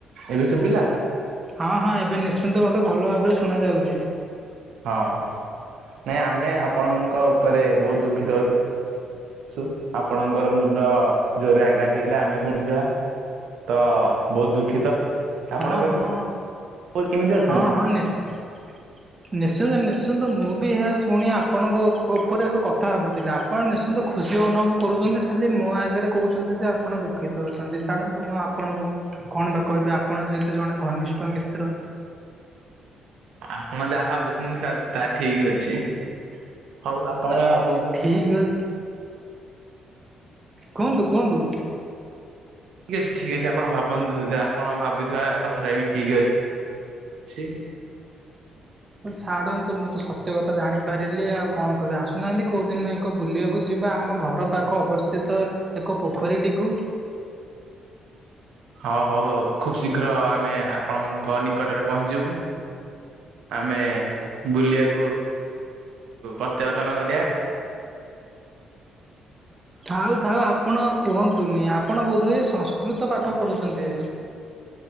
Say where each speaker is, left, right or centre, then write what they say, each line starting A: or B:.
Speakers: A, on the right; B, on the right.
A: ଏବେ ଶୁଭିଲା।
B: ହଁ ହଁ ଏବେ ନିଶ୍ଚିନ୍ତ ଭାବେ ଭଲ ଭାବରେ ଶୁଣା ଯାଉଛି।
A: ହଁ ନାଇଁ ଆମେ ଆପଣଙ୍କ ଉପରେ ବହୁତ ଦୁଃଖିତ। ସୁ ଆପଣଙ୍କର ମୁଣ୍ଡ। ଜୋରରେ ଆଘାତ ହେଇଲା ଆମେ ଶୁଣଛୁ ଯାହା ତ ବହୁତ ଦୁଃଖିତ।
B: ହଁ
A: ଆପଣ ଏବେ
B: ହଁ
A: କୋଉ କେମିତି ଅଛନ୍ତି?
B: ହଁ ହଁ ନିଶ୍ଚ ନିଶ୍ଚିନ୍ତ ନିଶ୍ଚିନ୍ତ ମୁଁ ବି ଏହା ଶୁଣି ଆପଣଙ୍କ ଉପରେ ଏକ କଥା ଭୁ ଥିଲା। ଆପଣ ନିଶ୍ଚିନ୍ତ ଖୁସି ଅନୁଭବ କରୁଛନ୍ତି ଖାଲି ମୋ ଆଗରେ କହୁଛନ୍ତି ଯେ ଆପଣ ଦୁଃଖିତ ଅଛନ୍ତି ଛାଡ଼ନ୍ତୁ ମୁଁ ଆ ଆପଣଙ୍କୁ କଣ ବା କହିବି ଆପଣ ଯେହେତୁ ଜଣେ ଘନିଷ୍ଠ ମିତ୍ର।
A: ଆପଣ ଯାହା ଭାବୁଚନ୍ତି ତା ତା ଠିକ ଅଛି ହଉ ଆପଣ ଯାହା ଭାବନ୍ତୁ।
B: ଠିକ୍ ଅ କୁହନ୍ତୁ କୁହନ୍ତୁ।
A: ଠିକ୍ ଅଛି ଠିକ୍ ଅଛି ଆପଣ ଭାବନ୍ତୁ ଯା ଆପଣ ଭାବିଥିବା କଥାଟା ବି ଠିକ୍ ଅଛି।
B: ଛାଡନ୍ତୁ ମୁଁ ତ ସତ୍ୟ କଥା ଜାଣିପାରିଲି ଆଉ କଣ କହିବି ଆସୁନାହାନ୍ତି କୋଉ ଦିନ। ତ ବୁଲିବାକୁ ଯିବା ଆମ ଘର ପାଖ ଅବସ୍ଥିତ ଏକ ପୋଖରୀଟିକୁ।
A: ହଁ ହଉ ହଉ ଖୁବ ଶୀଘ୍ର ଆମେ ଆପଣଙ୍କ ନିକଟରେ ପହଞ୍ଚିବୁ। ଆମେ ବୁଲିବାକୁ ପ୍ରତ୍ୟାବର୍ତ୍ତନ କରିବା।
B: ଥାଉ ଥାଉ ଆପଣ କୁହନ୍ତୁନି ଆପଣ ବୋଧେ ସଂସ୍କୃତ ପାଠ ପଢ଼ୁଛନ୍ତି ଏବେ।